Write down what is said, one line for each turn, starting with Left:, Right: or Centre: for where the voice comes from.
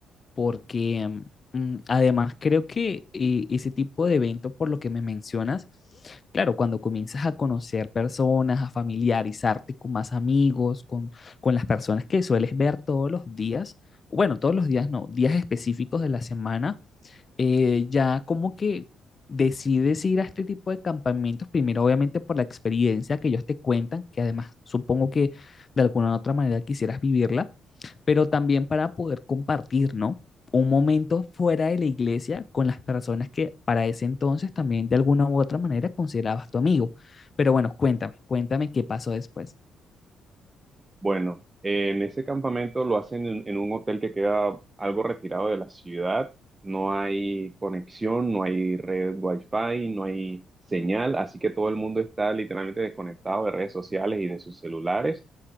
Left: porque mm, mm, además creo que eh, ese tipo de evento, por lo que me mencionas, claro, cuando comienzas a conocer personas, a familiarizarte con más amigos, con, con las personas que sueles ver todos los días, bueno, todos los días no, días específicos de la semana eh, ya como que decides ir a este tipo de campamentos, primero obviamente por la experiencia que ellos te cuentan, que además supongo que de alguna u otra manera quisieras vivirla, pero también para poder compartir, ¿no? Un momento fuera de la iglesia con las personas que para ese entonces también de alguna u otra manera considerabas tu amigo. Pero bueno, cuéntame, cuéntame qué pasó después.
Right: Bueno, en ese campamento lo hacen en, en un hotel que queda algo retirado de la ciudad. No hay conexión, no hay red wifi, no hay señal, así que todo el mundo está literalmente desconectado de redes sociales y de sus celulares.